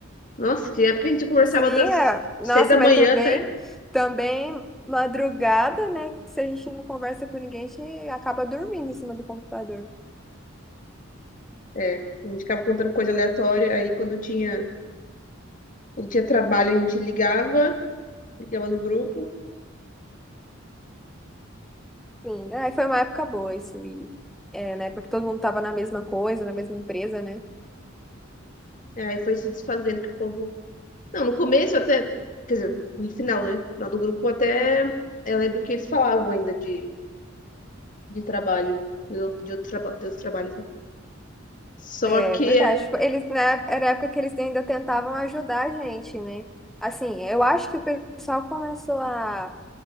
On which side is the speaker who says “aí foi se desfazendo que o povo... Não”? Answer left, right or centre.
Left